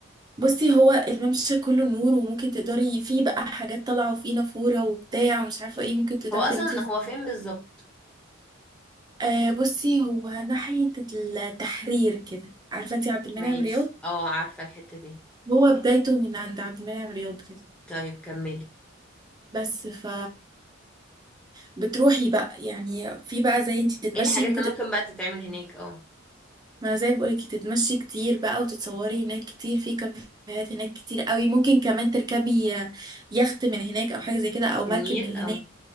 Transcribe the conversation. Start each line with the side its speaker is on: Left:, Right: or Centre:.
Right: بصي هو الممشى كله نور وممكن تقدري فيه بقى حاجات طالعة وفيه نافورة وبتاع ومش عارفة ايه ممكن تقدري
Centre: هو اصلا
Right: تلمسي
Centre: هو فين بالظبط
Right: آه بصي هو ناحية التحرير كده عارفة انتي عبد المنعم
Centre: ماشي
Right: رياض
Centre: اه عارفة الحتة دي
Right: هو بدايته من عند عبد المنعم رياض كده
Centre: طيب كملي
Right: بس ف بتروحي بقى يعني في بقى زي انتي بتتمشي
Centre: ايه الحاجات
Right: ممكن
Centre: اللي
Right: تت...
Centre: ممكن بقى تتعمل هناك اه
Right: ما زي ما بقولك تتمشي كتير بقى وتتصوري هناك كتير في كافيهات هناك كتير قوي ممكن كمان تركبي يخت من هناك او حاجة زي كده او
Centre: في
Right: مركب
Centre: النيل
Right: من
Centre: اه
Right: هناك